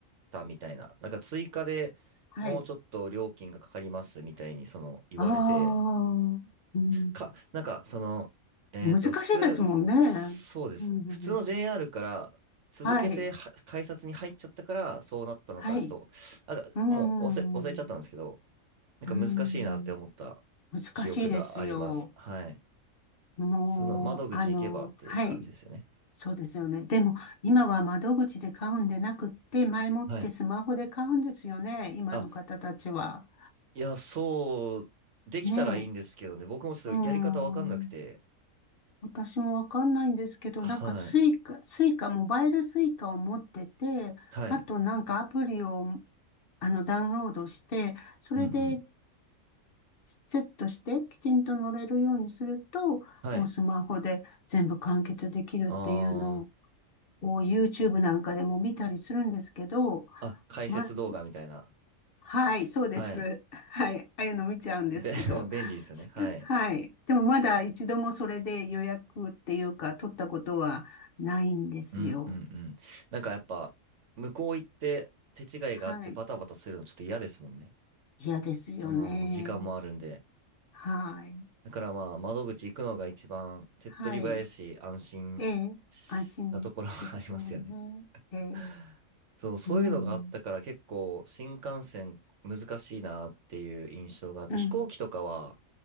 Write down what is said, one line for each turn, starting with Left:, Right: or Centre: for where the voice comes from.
Right: たみたいな、なんか追加でもうちょっと料金がかかりますみたいにその言われて、
Left: はい。ああ、うん。
Right: か、なんかその、えっと、
Left: 難しいですもんね。
Right: 普通、そうです。
Left: うん。
Right: 普通の JR から続けては改札に入っちゃったからそうなったのか、
Left: はい。はい。
Right: ちょっと、なんかもう忘れ、
Left: うん。
Right: 忘れちゃったんですけど、なんか難しいなって思った
Left: うん。難しいですよ。
Right: 記憶があります。はい。
Left: もう、
Right: その窓口行けばっていう感じですよね。
Left: あの、はい。そうですよね。でも、今は窓口で買うんでなくって、前もってスマホで買うんですよね。
Right: はい。
Left: 今の方たちは。
Right: あ、いや、そう、できたらいいんですけどね。
Left: ねえ。
Right: 僕もちょっとやり方わかんなくて。
Left: うーん。私もわかんないんですけど、
Right: はい。
Left: なんかスイカ、スイカ、モバイルスイカを持ってて、
Right: はい。
Left: あとなんかアプリを、あの、ダウンロードして、それで
Right: うんうん。
Left: セットしてきちんと乗れるようにすると、
Right: はい。
Left: もうスマホで全部完結できるっていうのを
Right: あー。
Left: こう YouTube なんかでも見たりするんですけど、
Right: あ、解説動画みたいな。
Left: ま、はい、そうです。
Right: はい。
Left: <laughs> はい、ああいうの見ちゃうんですけど、
Right: べ、<laughs> 便利ですよね。はい。
Left: はい。でもまだ一度もそれで予約っていうか取ったことはないんですよ。
Right: うんうんうん。なんかやっぱ、向こう行って手違いがあってバタバタするのちょっと嫌ですもんね。
Left: はい。嫌ですよね。
Right: あのー、時間もあるんで。
Left: はい。
Right: だからまあ、窓口行くのが一番手っ取り早いし、
Left: はい。
Right: 安心
Left: ええ、安心ですよね。
Right: なところは <laughs> ありますよね。
Left: ええ、
Right: <laughs> そう、そういうのがあったから結構新幹線難しいなっていう印象があって、
Left: うん、うん。
Right: 飛行機とかは、